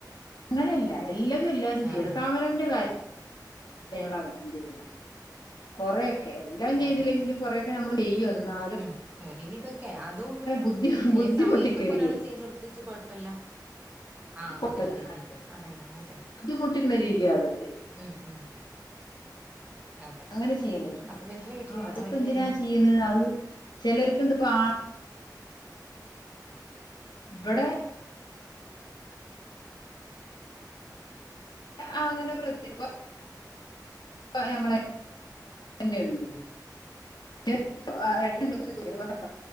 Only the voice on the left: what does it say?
അങ്ങനെയല്ല എല്ലതും എല്ലാവരും ചെയ്യണം
അവനവന്റെ കാര്യ ങ്ങള് ചെയ്യണം കൊറെ എല്ലാം ചെയ്തില്ലെങ്കിലും
കൊറെയൊക്കെ നമ്മള് ചെയ്യും എന്നാ
ബുദ്ധി
ബുദ്ധിമുട്ടിക്കരുത്
കുഴപ്പമില്ല
ബുദ്ധിമുട്ടിക്കുന്ന രീതിയാവരുത്
അങ്ങനെ ചെയ്യണവരുണ്ട്
ആഹ് അതിപ്പോ
എന്തിനാ ചെയ്യാണ് അത് ചിലർക്ക് ഇണ്ട് ഇപ്പൊ ആ ഇബിടെ അങ്ങനെ പ്രേത്യുപ്പ <unintelligible> അങ്ങനെ <unintelligible> ഏഹ് ഏട്ടൻ <unintelligible>